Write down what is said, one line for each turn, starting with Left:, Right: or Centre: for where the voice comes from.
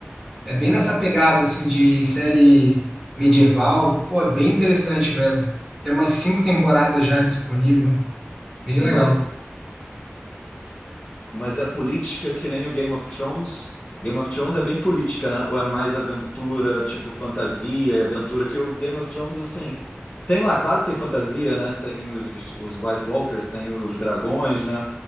Centre: É bem nessa pegada, assim, de série medieval. Pô, é bem interessante mesmo. Tem umas cinco temporadas já disponível. Bem
Left: Mas,
Centre: legal.
Left: mas é política que nem o Game of Thrones? Game of Thrones é bem política, né? Ou é mais aventura, tipo fantasia e aventura, que o Game of Thrones, assim, tem lá, claro que tem fantasia, né? Tem os, os White Walkers, tem os dragões, né?